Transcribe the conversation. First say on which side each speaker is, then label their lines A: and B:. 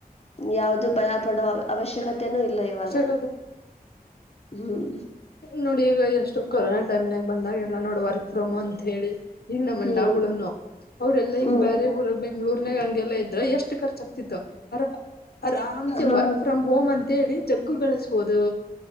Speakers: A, on the left; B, on the left.
A: ಯಾವ್ದು ಭಯ ಪಡೋ ಅವಶ್ಯಕತನೂ ಇಲ್ಲ ಇವಾಗ.
B: ವರ್ಷ
A: ಹ್ಮ್
B: ನೋಡ ಈಗ ಎಷ್ಟು ಕೊರೋನಾ ಟೈಮ್ನಾಗ ಬಂದಾಗ ಎಲ್ಲ ನೋಡ ವರ್ಕ್ ಫ್ರಂ ಹೋಮ್ ಅಂತ ಹೇಳಿ ಈಗ ನಮ್ಮ
A: ಹ್ಮ್
B: ಅಣ್ಣಗೋಳುನು. ಅವ್ರೆಲಾ ಈಗ
A: ಹ್ಮ್
B: ಬೇರೆ ಊರಗ್ ಬೆಂಗ್ಳೂರ್ನಾಗ ಹಂಗೆಲ್ಲಾ ಇದ್ರ ಎಷ್ಟ್ ಖರ್ಚಾಗಗ್ತಿತ್ತವರ. ಆರಾಮ್ಸೆ
A: ಹಾ
B: ವರ್ಕ್ ಫ್ರಮ್ ಹೋಮ್ ಅಂತೇಳಿ ಜಗ್ಗು ಗಳಿಸಬೋದು.